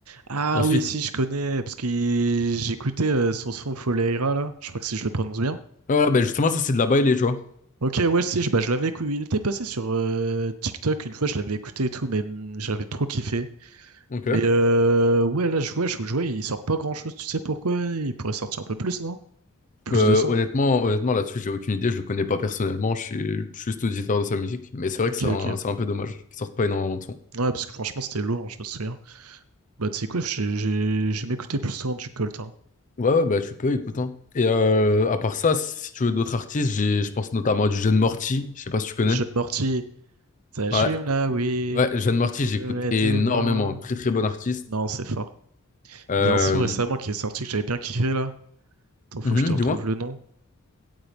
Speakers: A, on the right (about 85°); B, on the left (about 35°).
A: Ah
B: Ensuite,
A: oui, si, je connais, parce que j'écoutais euh, son son Foleira, là. Je crois que si je le prononce bien.
B: ouais, voilà, ben justement, ça c'est de la baile, tu vois.
A: Ok, ouais, si, je, bah, je l'avais écouté. Il était passé sur euh, TikTok une fois, je l'avais écouté et tout, mais mm, j'avais trop kiffé.
B: Ok.
A: Mais euh, ouais, là, je vois, je, je vois, il sort pas grand-chose. Tu sais pourquoi? Il pourrait sortir un peu plus, non? Plus
B: Euh,
A: de son.
B: honnêtement, honnêtement, là-dessus, j'ai aucune idée. Je le connais pas personnellement. Je suis juste auditeur de sa musique, mais c'est vrai
A: Ok,
B: que c'est un,
A: ok.
B: c'est un peu dommage qu'il sorte pas énormément de son.
A: Ouais, parce que franchement, c'était lourd, hein, je me souviens. Bah, tu sais quoi, j'ai j'ai- j'ai m'écouté plus souvent du Colt, hein.
B: Ouais, ouais, bah tu peux, écoute. hein. Et euh, à part ça, si tu veux d'autres artistes, j'ai, je pense notamment à du Jeune Morty. Je sais pas si tu connais.
A: Jeune Morty, ça
B: Ouais,
A: fume là, oui.
B: ouais, Jeune Morty,
A: Je
B: j'écoute
A: vais me mettre
B: énormément.
A: les mains.
B: Très, très bon artiste.
A: Non, c'est fort.
B: Euh,
A: Il y a un son récemment qui est sorti que j'avais bien kiffé là. Attends, faut
B: mhm,
A: que je te retrouve
B: dis-moi.
A: le nom.